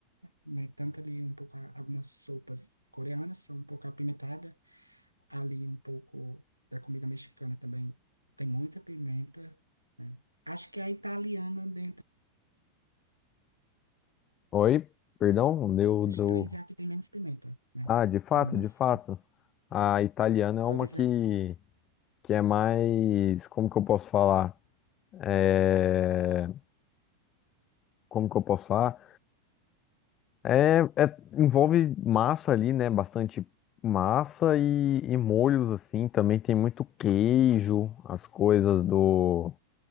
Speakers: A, on the right (about 90°); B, on the left (about 30°).
A: né? Tanto ali um pouco, a- algumas sopas coreanas são um pouco apimentadas, ali um pouco da comida mexicana também tem muita pimenta, né? Acho que a italiana, dentre
B: Oi, perdão, deu,
A: esses
B: deu.
A: três, é a que tem menos pimenta, né?
B: Ah, de fato,
A: Digamos
B: de
A: assim.
B: fato. A italiana é
A: Tô
B: uma
A: dizendo,
B: que, que é mais. Como que eu posso falar? É, como que eu posso falar? É, é- envolve massa ali, né? Bastante massa e, e molhos, assim. Também tem muito queijo, as coisas do.